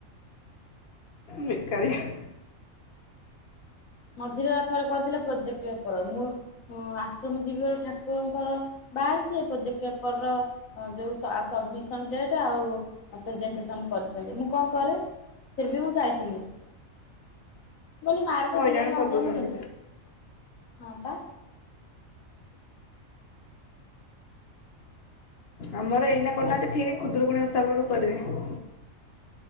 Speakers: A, on the left; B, on the left.
A: <inaudible> ବେକାରିଆ
B: ମଝିରେ ଥରେ କରିଥିଲେ ପ୍ରୋଜେକ୍ଟ ପେପର ମୁଁ ମୁଁ ଆଶ୍ରମ ଯିବି ବୋଲି ଠାକୁରଙ୍କର ବାହାରିଛି ଏ ପ୍ରୋଜେକ୍ଟ ପେପର ର ଅ ଯୋଉ ସ ଆ ସବମିସନ ଡେଟ ଆଉ ପ୍ରେଜେଣ୍ଟେସନ କରିଛନ୍ତି ମୁଁ କଣ କରେ? ଫିର୍ ବି ମୁଁ ଯାଇଥିଲି ମୁଁ କଲି ମାର୍କ
A: ହଇରାଣ
B: ଦିଅ ନଦିଅ
A: କରିଦଉଛନ୍ତି
B: ମୁଁ ଯିବି। ହଁ ପା।
A: ଆମର ଏଇନା କରୁନାହାନ୍ତି
B: ଆଉ
A: ଠିକ୍ ଖୁଦରୁକୁୁଣି ଓଷା ବେଳକୁ କରିବେ।